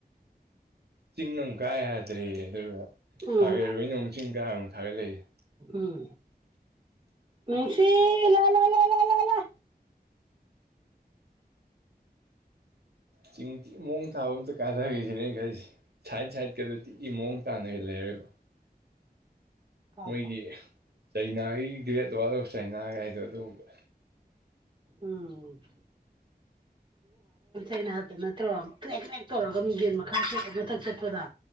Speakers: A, on the right (about 75°); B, on the right (about 30°).
A: ꯆꯤꯡ ꯑꯃꯨꯛ ꯀꯥ ꯌꯥꯗ꯭ꯔꯦ ꯑꯗꯨꯒ
B: ꯎꯝ
A: ꯊꯒꯠꯔꯣꯏꯅ ꯑꯃꯨꯛ ꯆꯤꯡ ꯀꯥꯔ ꯑꯃꯨꯛ ꯊꯥꯒꯠꯂꯛꯏꯦ
B: ꯎꯝ ꯅꯨꯡꯁꯤ ꯂ ꯂꯥ ꯂꯥ ꯂꯥ ꯂꯥꯥ
A: ꯆꯤꯡꯊ ꯃꯑꯣꯣꯡ ꯊꯥꯕ ꯑꯃꯇ ꯀꯥꯗꯒꯁꯤꯅꯦ ꯈꯁꯤꯦ ꯁꯥꯏꯠ ꯁꯥꯏꯠꯀꯗꯨꯗꯤ ꯏ ꯃꯑꯣꯡ ꯇꯥꯅꯒ ꯂꯩꯔꯣꯏꯕ
B: ꯀꯥꯎꯀꯣ
A: ꯃꯣꯏꯒꯤ ꯆꯩꯅꯥꯒꯤ ꯒ꯭ꯔꯦꯠ ꯋꯥꯔ ꯑꯣꯐ ꯆꯅꯥꯒ ꯍꯥꯏꯗꯣ ꯑꯗꯨꯒꯨꯝꯕ
B: ꯎꯝ
A: <unintelligible>
B: ꯩꯅꯇ ꯅꯠꯇ꯭ꯔꯣ ꯀꯦꯛ ꯀꯦꯛ ꯇꯧꯔꯒ ꯃ ꯌꯦꯟ ꯃꯈꯥ ꯃꯊꯛ ꯆꯠꯄꯗ